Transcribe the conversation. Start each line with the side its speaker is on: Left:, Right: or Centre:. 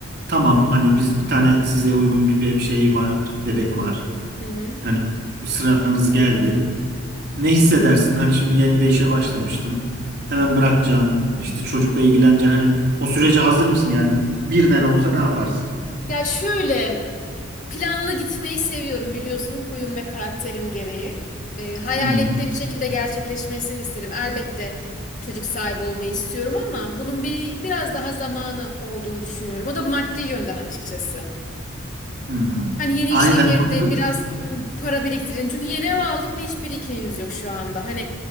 Right: Tamam hani biz bir tane size uygun bir be- şey var, bebek var.
Left: Hı hı.
Right: Hani sıranız geldi. Ne hissedersin? Hani şimdi yeni de işe başlamıştın. Hemen bırakacaksın, işte çocukla ilgileneceksin. Hani o sürece hazır mısın yani? Birden olsa ne yaparsın?
Left: Ya şöyle planlı gitmeyi seviyorum biliyorsun huyum ve karakterim gereği. Ee, hayal
Right: Hı
Left: ettiğim şekilde gerçekleşmesini isterim. Elbette çocuk sahibi olmayı istiyorum ama bunun bir biraz daha zamanı olduğunu düşünüyorum. O da maddi yönden açıkçası.
Right: hı.
Left: Hani yeni
Right: Aniden
Left: işe girdim,
Right: çok
Left: biraz ım, para biriktirelim. Çünkü yeni ev aldık ve hiç birikimimiz yok şu anda. Hani